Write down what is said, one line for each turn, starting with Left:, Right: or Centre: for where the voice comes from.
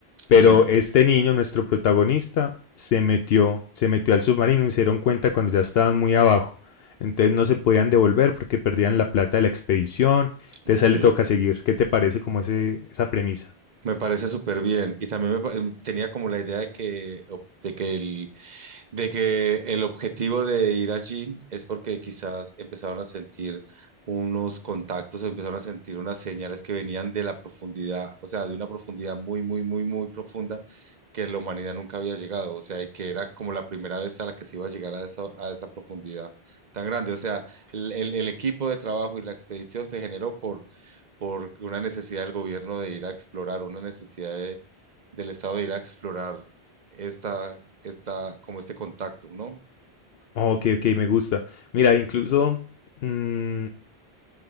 Left: Pero
Right: listo.
Left: este niño, nuestro protagonista, se metió, se metió al submarino y se dieron cuenta cuando ya estaban muy abajo. Entonces no se podían devolver porque perdían la plata de la expedición. Entonces
Right: Ok.
Left: a él le toca seguir. ¿Qué te parece como ese, esa premisa?
Right: Me parece súper bien. Y también me pa- tenía como la idea de que, o- de que el, de que el objetivo de ir allí es porque quizás empezaron a sentir unos contactos o empezaron a sentir unas señales que venían de la profundidad, o sea, de una profundidad muy, muy, muy, muy profunda que la humanidad nunca había llegado, o sea, y que era como la primera vez a la que se iba a llegar a esa, a esa profundidad tan grande. O sea, el, el- el equipo de trabajo y la expedición se generó por, por una necesidad del gobierno de ir a explorar, una necesidad de- del Estado de ir a explorar esta, esta, como este contacto, ¿no?
Left: Ok, ok, me gusta. Mira, incluso mmm,